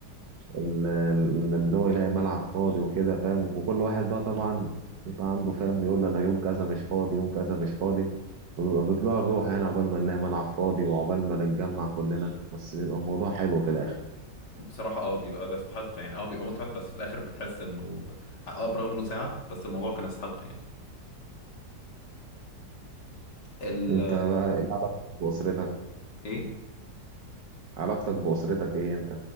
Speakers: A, on the right; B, on the left.
A: ال- ال- ان هو يلاقي ملعب فاضي وكده فاهم وكل واحد بقى طبعا يبقى عنده فاهم يقول انا يوم كذا مش فاضي يوم كذا مش فاضي وبيبقى بيطلع الروح يعني عقبال ما نلاقي ملعب فاضي وعقبال ما نتجمع كلنا بس بيبقى الموضوع حلو في الاخر
B: بصراحة اه بيبقى بيستحق يعني اه بيبقى متعب بس في الآخر بتحس إنه اه برغم إنه ساعة بس الموضوع كان يستحق يعني ال
A: انت بقى ايه علاقتك باسرتك
B: إيه
A: علاقتك باسرتك ايه انت